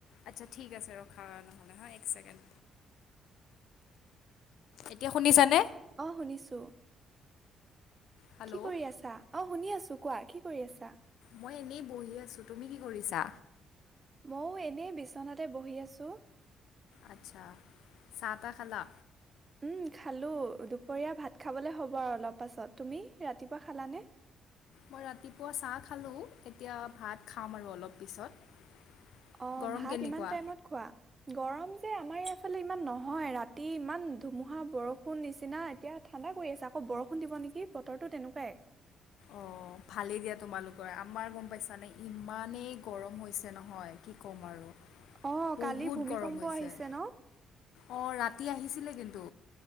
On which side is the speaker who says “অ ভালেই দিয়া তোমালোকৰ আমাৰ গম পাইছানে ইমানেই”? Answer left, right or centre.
Left